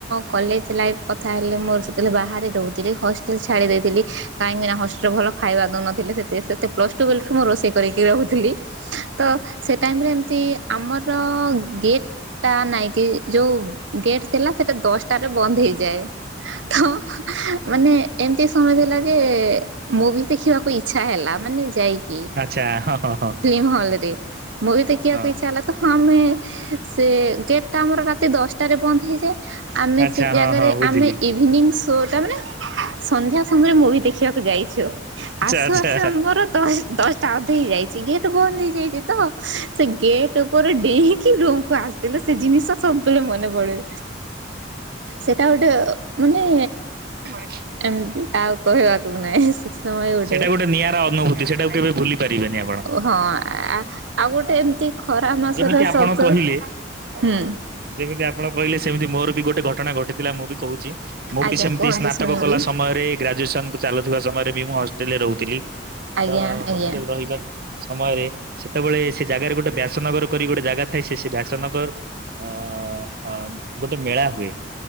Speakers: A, on the right; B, on the right.
A: କଲେଜ ଲାଇଫ କଥା ହେଲେ ମୋର ସେତେବେଳେ ବାହାରେ ରହୁଥିଲେ ଛାଡ଼ି ଦେଇଥିଲି କାହିଁକି ନା ହଷ୍ଟେଲ ଭଲ ଖାଇବା ଦଉ ନଥିଲେ ସେ ପ୍ଲସ୍ ଟୁ ମୁଁ ରୋଷେଇ କରିକି ରହୁଥିଲି ତ ସେ ଟାଇମରେ ଏମିତି ଆମର ଗେଟ୍ ଟା ନାଇଁ କି ଯୋଉ ଗେଟ୍ ଥିଲା ସେଟା ଦଶଟାରେ ବନ୍ଦ ହେଇଯାଏ ତ ମାନେ ଏମିତି ସମୟ ଦେଲା ଯେ ମୁଁଭି ଦେଖିବାକୁ ଇଛା ହେଲା ମାନେ ଯାଇକି
B: ଆଚ୍ଛା ହଁ ହଁ ହଁ
A: ଫିଲ୍ମ ହଲ ରେ ମୁଁ ବି ଦେଖିବାକୁ
B: ହଁ
A: ଇଚ୍ଛା ହେଲା ତ ଆମେ ସେ ଗେଟ୍ଟା ଆମର ରାତି ଦଶଟାରେ ବନ୍ଦ ହେଇଯାଏ ଆମେ
B: ଆଚ୍ଛା
A: ସେ
B: ହଁ
A: ଜାଗାରେ
B: ହଁ ବୁଝିଲି
A: ଆମେ ଇଭିନିଂ ତୋଟା ମାନେ ସନ୍ଧ୍ୟା ସମୟରେ ମୁଁଭି ଦେଖିବାକୁ ଯାଇଛୁ
B: ଆଚ୍ଛା
A: ଆସୁ
B: ଆଚ୍ଛା।
A: ଆସୁ ମମର ଦଶ ଦଶଟା ଅଧେ ହେଇଯାଇଛି ଗେଟ ବନ୍ଦ ହେଇଯାଇଛି ତ ସେ ଗେଟ୍ ଉପରେ ଡେଇଁକି ରୁମକୁୁ ଆସିଥିଲେ ସେ ଜିନିଷ ସବୁବେଳେ ମନେ ପଡୁ ସେଟା ଗୋଟେ ମାନେ
B: ହସ୍
A: ଏମତି ଆଉ କହିବାକୁ ନାହିଁ ସେଥି ସମୟ ଗୋଟେ
B: ସେଟା ନିଆରା ଅନୁଭୂତି ସେଟାକୁ କେବେ ଭୁଲି ପାରିବେନି ଆପଣ
A: ହଁ ଆଉ ଗୋଟେ ଏମିତି ଖରା ମାସରେ
B: ଯେମିତି ଆପଣ
A: ସବଦ
B: କହିଲେ
A: ହୁଁ
B: ଯେମିତି ଆପଣ କହିଲେ ସେମିତି ମୋର ବି ଗୋଟେ ଘଟଣା ଘଟି ଥିଲା ମୁଁ ବି କହୁଛି ମୁଁ
A: ଆଜ୍ଞା
B: ବି ସେମିତି
A: କୁହନ୍ତୁ
B: ସ୍ନାତକ
A: ଶୁଣିବି
B: କଲା ସମୟରେ ଗ୍ରାଜୁଏସନକୁ ଚାଲୁଥିବା ସମୟରେ ବି ମୁଁ ହଷ୍ଟେଲରେ ରହୁଥିଲି
A: ଆଜ୍ଞା
B: ତ
A: ଆଜ୍ଞା
B: ହଷ୍ଟେଲ ରହିବା ସମୟରେ ସେତେବେଳେ ସେ ଜାଗାରେ ଗୋଟେ ବ୍ୟାସନଗର କରି ଗୋଟେ ଜାଗା ଥାଏ ସେ ସେଇ ବ୍ୟାସନଗର ଅ ଗୋଟେ ମେଳା ହୁଏ